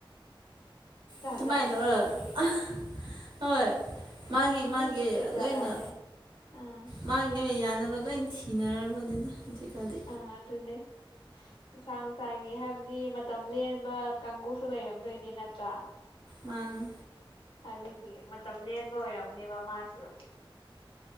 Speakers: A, on the left; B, on the right.
A: ꯖꯥꯠ
B: ꯑꯗꯨꯃꯥꯏ
A: ꯖꯥꯠꯅꯤꯀꯣ
B: ꯇꯧꯔꯒ
A: ꯃꯤꯁꯤꯡ
B: ꯑꯥ ꯍꯣꯏ ꯃꯥꯒꯤ
A: ꯃꯤꯁꯤꯡꯁꯦ
B: ꯃꯥꯒꯤ
A: ꯖꯥꯠ
B: ꯂꯣꯏꯅ
A: ꯖꯥꯠꯅꯦ ꯑꯥ
B: ꯃꯥꯒꯤ ꯌꯥꯅꯕ ꯂꯣꯏ ꯊꯤꯅꯔꯕꯅꯤꯗ ꯍꯧꯖꯤꯛꯀꯥꯟꯗꯤ
A: ꯑꯥ ꯑꯗꯨꯅꯦ ꯃꯁꯥ ꯃꯁꯥꯒꯤ ꯍꯥꯏꯕꯗꯤ ꯃꯇꯝ ꯂꯦꯟ ꯀꯥꯡꯒꯨꯁꯨ ꯂꯩꯔꯝꯗꯣꯏꯅꯤ ꯅꯠꯇ꯭ꯔꯥ
B: ꯃꯥꯥꯅꯦ
A: ꯑꯗꯨꯒꯤ ꯃꯇꯝ ꯂꯦꯟꯕ ꯑꯣꯏꯔꯝꯅꯦꯕ ꯃꯥꯁꯨ